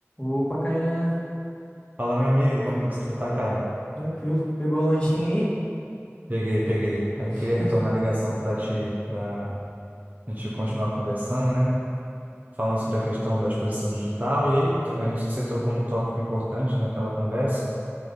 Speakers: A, on the left; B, on the right.
A: Opa, Kainan,
B: Fala, meu amigo, como é que você tá, cara?
A: tranquilo. Pegou o lanchinho aí?
B: Peguei, peguei. Aí
A: <laughs>
B: eu queria retornar a ligação para ti, para a gente continuar conversando, né? Falando sobre a questão da exposição digital, e aí a gente se tocou num tópico importante naquela conversa,